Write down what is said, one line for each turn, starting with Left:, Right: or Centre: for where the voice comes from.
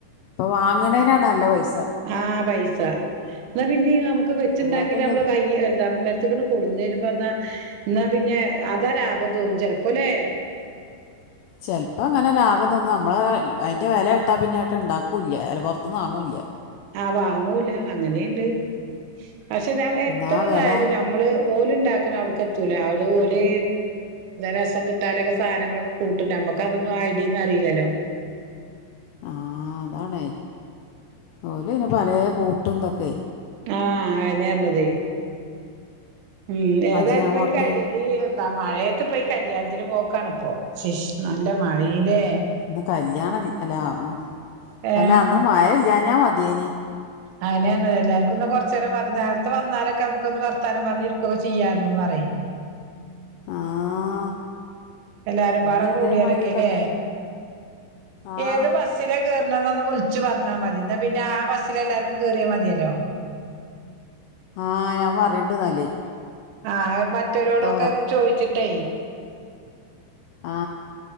Left: ഇപ്പൊ വാങ്ങണേനാ നല്ല പൈസ
Right: ആ പൈസ എന്നാ പിന്നെ നമുക്ക് വെച്ചണ്ടാക്കിയിട്ട്
Left: അതിനാട്ടല്ല
Right: നമ്മള് കയ എന്താ ക്ക കൊടന്ന വരുമ്പോ എന്നാ എന്നാ പിന്നെ അതാ ലാഭം തോന്നും ചെലപ്പോല്ലേ
Left: ചെലപ്പോ അങ്ങനെ ലാഭം തോന്നു നമ്മളെ അതിന്റെ വില ഇട്ടാ പിന്നൊയിട്ട് ഇണ്ടാക്കൂല്ല അ പുറത്തന്നും വാങ്ങൂല്ല
Right: വാങ്ങൂല അങ്ങനെയണ്ട് പക്ഷെ എത്രതായാലും
Left: എന്താ വെല
Right: നമ്മള് പോലും ഉണ്ടാക്കണ അവിടെത്ത് എത്തൂല അതുപോലെ രസം കിട്ടാലൊക്കെ സാധനങ്ങളൊക്കെ കൂട്ട നമുക്ക്തൊ ആ ഐഡിയന്ന് അറിയില്ലല്ലോ
Left: ആ അതാണ് ഓൾ ഇനി പല കൂട്ടുന്തൊക്കെ
Right: ആ ആ നേരന്നതെ ഉം ഏതായാലും
Left: അജിനാമോട്ടയും
Right: ഇപ്പ ഈ ഈ എന്താ മഴ <unintelligible> പോയി കല്യാണത്തിന് പോക്കാണിപ്പോ ശിസ് നല്ല മഴടെ
Left: അന്ന് കല്യാണം അല്ല ഉം
Right: ഏഹ്
Left: അല്ല അന്ന് മഴ ഇല്ലഞ്ഞാ മതിയേനി
Right: അയിനെയാണ് എല്ലർക്കും കൊറച്ച നേരം നേരത്തെ വന്നാലൊക്കെ നമുക്കൊന്ന് വർത്തമാനം പറഞ്ഞ് ഇരി <unintelligible> ചെയ്യായിരുന്നു പറയും
Left: ആഹ്
Right: എല്ലാരും പാട
Left: അന്ന്
Right: കൂടിയാലൊക്കെല്ലേ
Left: ഇതേമാതിരിയൊക്കെന്നേ ആഹ്
Right: ഏത് ബസിലെ കേറണതെന്ന് വിളിച്ച് പറഞ്ഞാ മതി എന്നാ പിന്നെ ആ ബസ്സില് എല്ലാർക്കും കേറിയാ മതിയല്ലോ
Left: ആ ഞാൻ പറയണ്ട് എന്നാല്
Right: ആ മറ്റരോടുമൊക്കെ
Left: ട്ടോ
Right: ചോയിച്ചിട്ടേ
Left: ആ